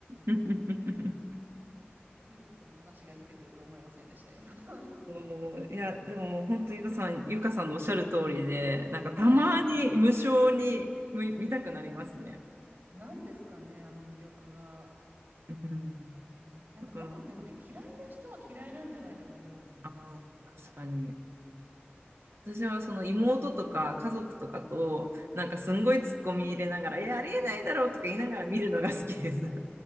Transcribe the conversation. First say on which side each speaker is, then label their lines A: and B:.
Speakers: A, on the right (about 80°); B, on the right (about 65°).
A: <laughs>
B: ん、ボリウッドの話が出てくると思いませんでした、今。<laughs>
A: おーいや、でも本当ゆかさん、ゆかさんのおっしゃる通りで、なんかたまに無性に見、
B: はい。
A: 見たくなりますね。
B: 何ですかね、あの魅力が。
A: うん。
B: なんか多分でもね、
A: だから、
B: 嫌いな人は嫌いなんじゃないかと思うんですよね。
A: ああ確かに。私はその妹とか家族とかとなんかすんごいツッコミ入れながら「えありえないだろ」とか言いながら見るのが好きです。